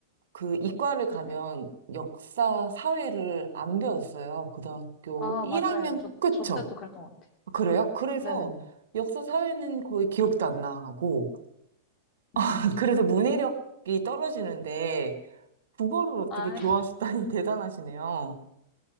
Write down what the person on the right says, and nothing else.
그 이과를 가면
역사, 사회를 안 배웠어요. 고등학교
1학년
끝죠?
그래요? 그래서
역사, 사회는 거의 기억도 안 나고
<laughs> 그래서 문해력이 떨어지는데 국어를 어떻게
좋아하시다니 <laughs> 대단하시네요.